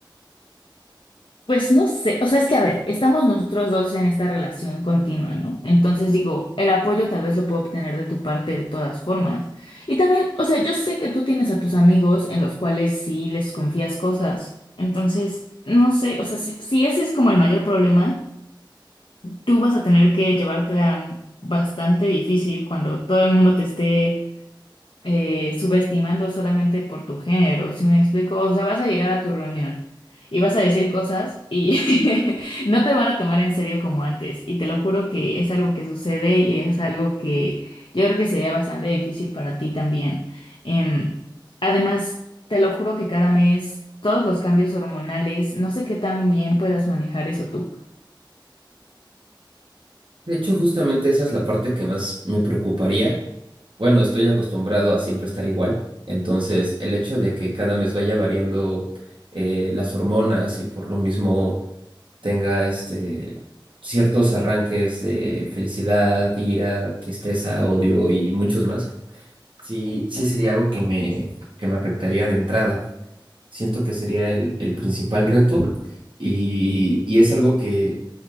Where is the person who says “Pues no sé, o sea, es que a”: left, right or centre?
Left